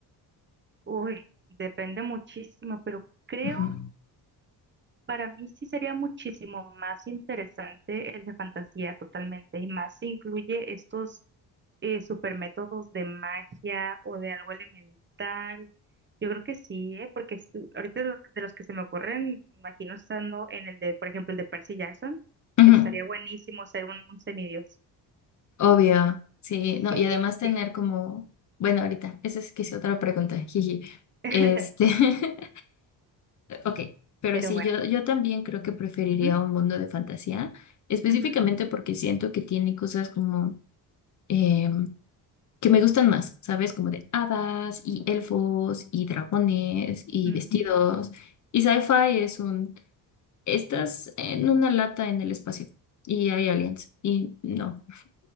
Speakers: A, on the right; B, on the left.
A: Uy, depende muchísimo, pero creo
B: Ujú.
A: para mí sí sería muchísimo más interesante el de fantasía totalmente. Y más si incluye estos eh, super métodos de magia o de algo elemental. Yo creo que sí, ¿eh? Porque es- ahorita de de los que se me ocurren, imagino estando en el de, por ejemplo, el de Percy Jackson,
B: Ujú,
A: estaría buenísimo ser un un semidios.
B: Obvio, sí, no,
A: Sí,
B: y además tener
A: sí.
B: como, bueno, ahorita, esa es que es otra pregunta, jiji.
A: <laughs>
B: Este, <laughs> ok, pero
A: Pero
B: sí,
A: bueno.
B: yo, yo también creo que preferiría
A: Ujú,
B: un mundo de fantasía, específicamente
A: ujú,
B: porque siento que tiene cosas como eh, que me gustan más, ¿sabes? Como de hadas y elfos y dragones y
A: mm.
B: vestidos. Y sci-fi es un, estás en una lata en el espacio y hay aliens y no.